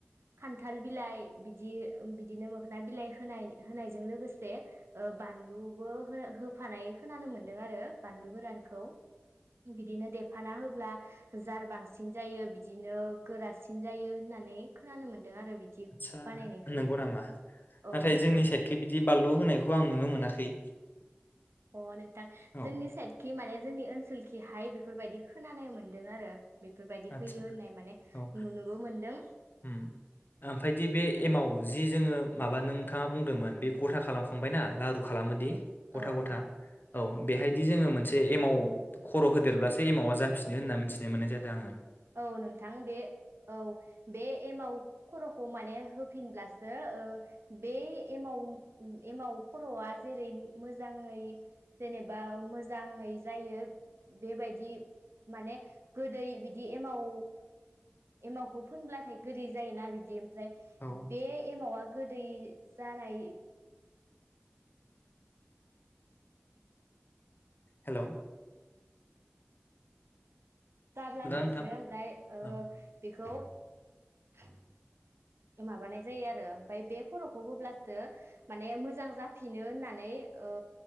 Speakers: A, on the right; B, on the left.
A: खानथाल बिलाइ बिदि बिदिनो मोखोना बिलाइ होनाय होनायजों लोगोसे बानलुबो होफानाय खोनानो मोनदों आरो बानलु गोरानखौ बिदिनो देफाना होब्ला जार बांसिन जायो बिदिनो गोरासिन जायो होननानै खोनानो मोन दों आरो बिदि
B: आदसा
A: बानायनायखौ
B: नंगौ नामा
A: औ
B: नाथाय
A: नोंथां
B: जोंनि साइडखै बिदि बानलु होनायखौ आं नुनो मोनाखै
A: अ नोंथां
B: औ
A: जोंनि साइदखि माने जोंनि ओनसोलखि हाय बेफोरबायदि खोनानो मोनदों आरो बेफोरबायदि
B: आदसा
A: होयो होननाय माने
B: औ
A: नुनोबो मोनदों।
B: उम ओमफायदि बे एमाव जि जोङो माबा नोंथाङा बुंदोंमोन बे गथा खालामखांबाय ना लारु खालामोदि गथा
A: औ
B: गथा
A: नोंथां
B: औ बेहायदि जोङो मोनसे एमाव खर' होदेरब्लासो एमावा जाफिनो होनना मिथिनाय मोननाय जादों आङो
A: औ नोंथां बे औ बे एमाव खर'खौ माने होफिनब्लासो ओ बे एमाव एमाव खर'आ जेरै मोजाङै जेनेबा मोजाङै जायो बेबायदि माने गोदै बिदि एामाव एमावखौ फोनब्लाथाय गोदै जायोना बिदि <unintelligible>
B: औ
A: बे एमावा गो दै जानाय
B: हेल'
A: जाब्लाथायसो
B: नोंथां
A: ओमफ्राय ओ
B: औ
A: बेखौ हेलौ <inaudible> माबानाय जायो आरो ओमफ्राय बे खर'खौ होब्लासो माने मोजां जाफिनो होननानै ओ